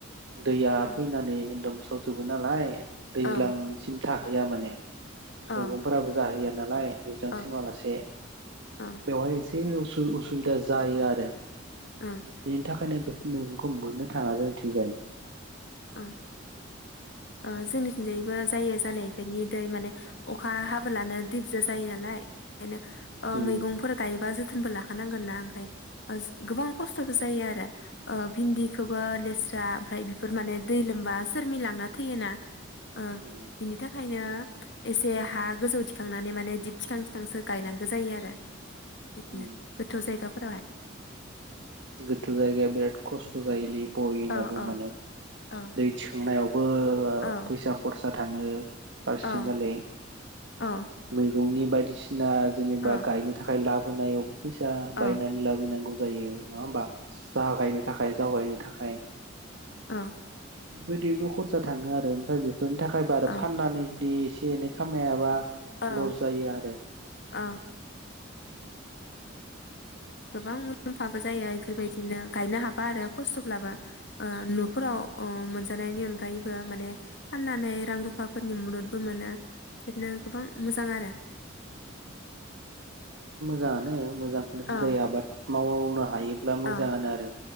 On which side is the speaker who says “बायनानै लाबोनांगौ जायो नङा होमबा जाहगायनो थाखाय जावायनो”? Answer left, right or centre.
Right